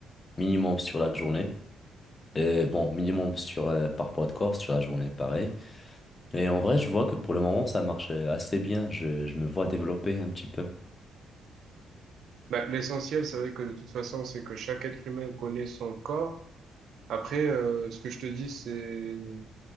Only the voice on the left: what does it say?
minimum sur la journée. Et bon, minimum sur, euh, par poids de corps sur la journée, pareil. Et en vrai, je vois que pour le moment, ça marche euh, assez bien. Je, je me vois développer un petit peu.